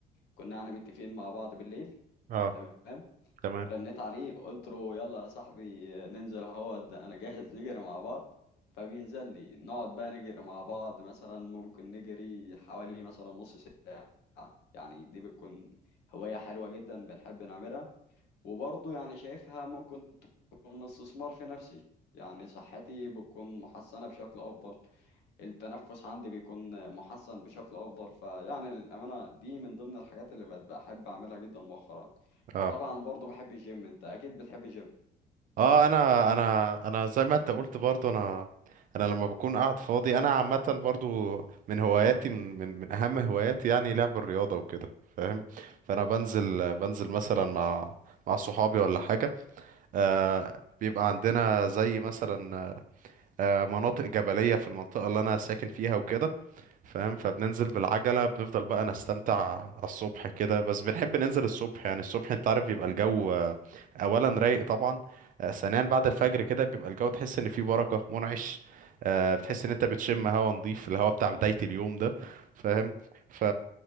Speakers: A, on the left; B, on the right.
A: كنا يعني متفقين مع بعض بالليل
B: اه
A: تمام
B: تمام
A: رنيت عليه قلت له يلا يا صاحبي ننزل هو ده انا جاهز نجري مع بعض فبينزل لي نقعد بقى نجري مع بعض مثلا ممكن نجري حوالي مثلا نص ساعة يعني دي بتكون هواية حلوة جدا بنحب نعملها وبرضه يعني شايفها ممكن تكون استثمار في نفسي يعني صحتي بتكون محسنة بشكل أفضل التنفس عندي بيكون محسن بشكل افضل فيعني للامانه دي من ضمن الحاجات اللي بقت بحب اعملها جدا مؤخرا
B: اه
A: وطبعا برضو بحب الجيم انت اكيد بتحب الجيم
B: اه انا انا انا زي ما انت قلت برضو انا انا لما بكون قاعد فاضي انا عامه برضو من هواياتي من من من اهم هواياتي يعني لعب الرياضه وكده فاهم فانا بنزل بنزل مثلا مع مع صحابي ولا حاجه آه بيبقى عندنا زي مثلا آه، مناطق جبلية في المنطقة اللي أنا ساكن فيها وكده فاهم فبننزل بالعجلة بنفضل بقى نستمتع على الصبح كده بس بنحب ننزل الصبح يعني الصبح أنت عارف بيبقى الجو آه، أولا رايق طبعا آه، ثانيا بعد الفجر كده بيبقى الجو تحس إن فيه بركة منعش آه، بتحس إن أنت بتشم هوا نظيف الهوا بتاع بداية اليوم ده فاهم ف